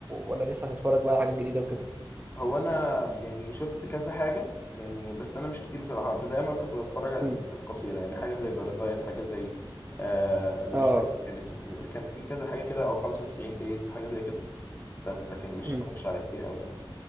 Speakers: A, on the right; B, on the left.
A: ولا لسه هتتفرج بقى على حاجات جديده وكده
B: هو انا يعني شفت كذا حاجه يعني بس انا مش كتير بصراحه دايما كنت بتفرج على
A: امم
B: الانميات القصيره يعني حاجه زي بارازايت حاجه زي آه مش
A: اه
B: فاكر كان اسم كان في كذا حاجه كده او 95 دايز حاجه زي كده بس لكن مش
A: امم
B: اتفرجش على كتير قوي يعني